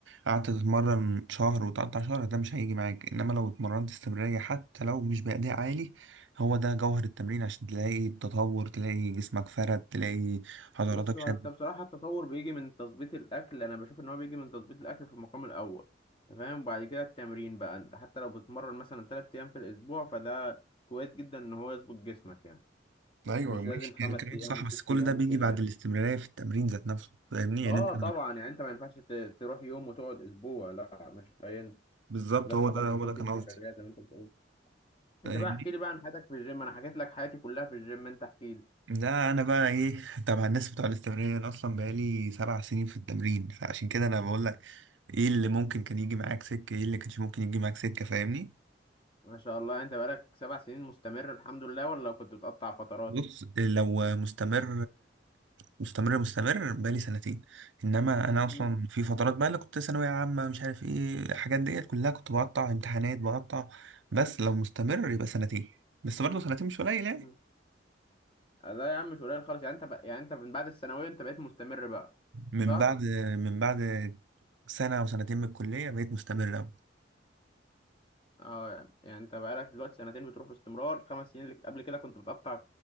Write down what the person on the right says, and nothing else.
قعدت تتمرن شهر وتقطع شهر ده مش هيجي معاك انما لو اتمرنت استمرارية حتى لو مش بأداء عالي هو ده جوهر التمرين عشان تلاقي التطور تلاقي جسمك فرد تلاقي عضلاتك
شدت
ايوه
ماشي
يعني كلامك
صح
بس كل
ده بيجي
بعد
الاستمرارية في التمرين ذات نفسه فاهمني يعني
انت
بالظبط
هو ده
هو
ده كان
قصدي
فاهمني
لا انا بقى ايه تبع الناس بتوع الاستمرارية انا اصلا بقالي سبع سنين في التمرين فعشان كده انا بقول لك ايه اللي ممكن كان يجي معاك سكة ايه اللي كانش ممكن يجي معاك سكة فاهمني
بص لو مستمر مستمر مستمر بقالي سنتين انما انا اصلا
في فترات بقى اللي كنت ثانوية عامة مش عارف ايه الحاجات ديت كلها كنت بقطع امتحانات بقطع بس لو مستمر يبقى سنتين بس برضه سنتين مش قليل يعني
من
بعد من بعد سنة او سنتين من الكلية بقيت مستمر أوي.